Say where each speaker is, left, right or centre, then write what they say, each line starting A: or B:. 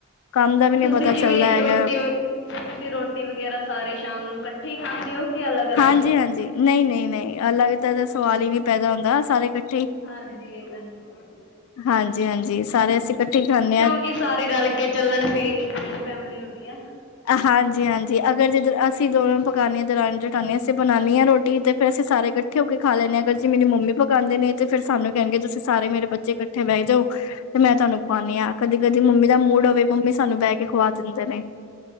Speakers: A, on the left; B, on the left.
A: ਕੰਮ ਦਾ ਵੀ ਨਹੀਂ
B: ਤੁਸੀਂ
A: ਪਤਾ
B: ਜਿਵੇਂ
A: ਚੱਲਦਾ ਹੈਗਾ
B: ਰੋਟੀ, ਤੁਸੀਂ ਰੋਟੀ ਵਗੈਰਾ ਸਾਰੇ ਸ਼ਾਮ ਨੂੰ ਕੱਠੇ ਖਾਂਦੇ ਹੋ। ਕਿ ਅਲੱਗ
A: ਹਾਂਜੀ-
B: ਅਲੱਗ
A: ਹਾਂਜੀ, ਨਹੀਂ- ਨਹੀਂ, ਨਹੀਂ ਅਲਗ ਦਾ ਤਾ ਸਵਾਲ ਹੀ ਨਹੀਂ ਪੈਦਾ ਹੁੰਦਾ। ਸਾਰੇ ਕਠੇ।
B: ਹਾਂਜੀ, ਏ ਤਾ ਹੈ।
A: ਹਾਂਜੀ- ਹਾਂਜੀ ਸਾਰੇ ਅਸੀਂ। ਇਕੱਠੇ ਖਾਨੇ ਆ।
B: ਕਿਉਂਕਿ ਸਾਰੇ ਰਲ ਕੇ ਚੱਲਣ। ਫੇਰ ਹੀ ਜੁਆਇੰਟ ਫੈਮਲੀ ਹੁੰਦੀ ਆ।
A: ਹਾਂਜੀ- ਹਾਂਜੀ ਅਗਰ ਜੇ ਦਰ ਅਸੀਂ ਦੋਨੋਂ ਪਕਾਨੀਆਂ ਦਿਰਾਣੀ, ਜੇਠਾਣੀ। ਜਦੇ ਅਸੀਂ ਬਣਾਉਣੀ ਹਾਂ ਰੋਟੀ ਫੇਰ ਅਸੀਂ ਸਾਰੇ ਇਕੱਠੇ ਹੋ ਕੇ ਖਾ ਲੈਂਦੇ ਹਾਂ। ਵੇਸੇ ਮੇਰੀ ਮੰਮੀ ਪਕਾਉਂਦੇ ਨੇ। ਤੇ ਫੇਰ ਸਾਨੂੰ ਕਹਿਣਗੇ, ਤੁਸੀਂ ਸਾਰੇ ਮੇਰੇ ਬੱਚੇ ਇਕੱਠੇ ਬਹਿ ਜਾਓ। ਤੇ ਮੈਂ ਤੁਹਾਨੂੰ ਖੁਵਾਂਦੀ ਹਾ। ਕਦੀ- ਕਦੀ ਮੰਮੀ ਦਾ ਮੂਡ ਹੋਵੇ, ਮੰਮੀ ਸਾਨੂੰ ਬਹਿ ਕੇ ਖੁਵਾ ਦਿੰਦੇ ਨੇ।